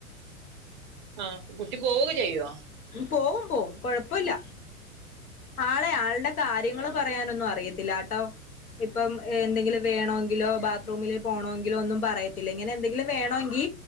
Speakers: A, on the right; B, on the left.
A: ആഹ് കുട്ടി പോവ്ക്കെ ചെയ്യൊ
B: പോവും പോവും കൊഴപ്പില്ല. ആളെ ആള്ടെ കാര്യങ്ങള്
A: ആ
B: പറയാനൊന്നും അറിയത്തില്ലാട്ടോ ഇപ്പം എന്തെങ്കിലും വേണോങ്കിലോ ബാത്റൂമില് പോണോങ്കിലോ ഒന്നും പറയത്തില്ല ഇങ്ങനെ എന്തെങ്കിലും വേണോങ്കി